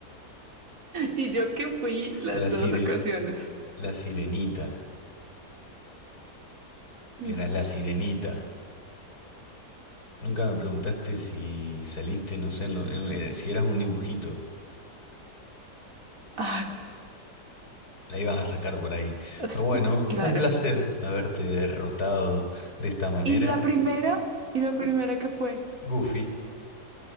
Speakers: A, on the right; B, on the left.
A: Y yo que fui las
B: La sire...
A: dos ocasiones.
B: la sirenita.
A: La-
B: Eras la sirenita. Nunca me preguntaste si saliste, no sé, en lo- en- eh, si eras un dibujito.
A: Ah,
B: La ibas a sacar por ahí.
A: es-
B: Pero bueno, fue
A: claro.
B: un placer haberte derrotado de esta manera.
A: ¿Y la primera? ¿Y la primera qué fue?
B: Goofy.